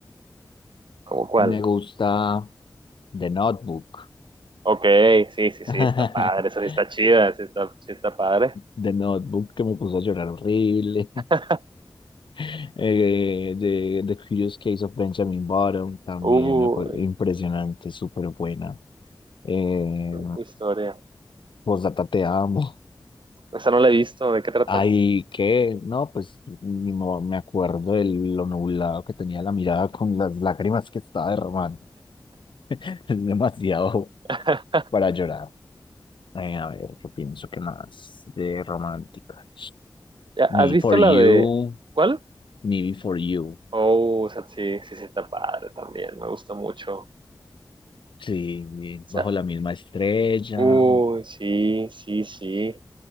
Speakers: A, on the right; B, on the left.
A: ¿Cómo cuál?
B: Me gusta The Notebook.
A: Ok, sí, sí, sí,
B: <laughs>
A: está padre, esa sí está chida, sí está, sí está padre.
B: The Notebook que me puso a llorar horrible.
A: <laughs>
B: <laughs> Eh, de The Curious Case of Benjamin Button, también
A: Uy,
B: me pare- impresionante, súper buena. Eh,
A: qué historia.
B: Postdata te amo.
A: Esa no la he visto, ¿de
B: <laughs>
A: qué trata?
B: Ahí que, no, pues ni mo- me acuerdo de lo nublado que tenía la mirada con las lágrimas que estaba derramando. <laughs> Es demasiado
A: <laughs>
B: para llorar. Eh, a ver, yo pienso que más de romántica.
A: Ya,
B: Me
A: ¿Has visto
B: Before
A: la
B: You,
A: de cuál?
B: Me Before You.
A: Oh, o sea, sí, sí, sí, está padre también, me gusta mucho. O
B: Sí,
A: sea,
B: Bajo la misma estrella.
A: uy, sí, sí, sí.